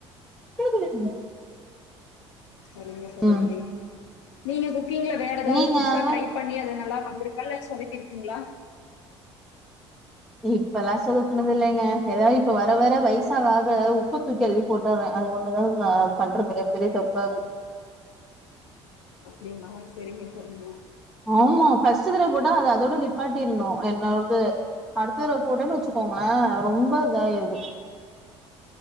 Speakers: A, in the centre; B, on the left.
A: குளு குளு குளு
B: சரிங்க சகோதரி,
A: ம்
B: நீங்க குக்கிங்ல வேற ஏதாவது
A: நீங்க
B: புதுசா
A: அது மாரி
B: டிரை பண்ணி அது நல்லா வந்திருக்கா இல்ல சொதப்பிருக்குங்ளா
A: இப்பல்லா சொதப்பினது இல்லங்க ஏதாது இப்ப வர வர வயசு ஆக ஆக உப்பு தூக்கி அள்ளி போட்டுறே அது ஒன்னுதா நா பண்ற மிகப்பெரிய தப்பாவுது
B: அப்டிங்ளா செரிங்க செரிங்க
A: ஆமா ஃபர்ஸ்ட் தடவ போட்டா அது அதோட நிப்பாட்டிருனு என்னோடது அடுத்ததடவ போட்டேன்னு வச்சுக்கோங்களே ரொம்ப இதாயிருது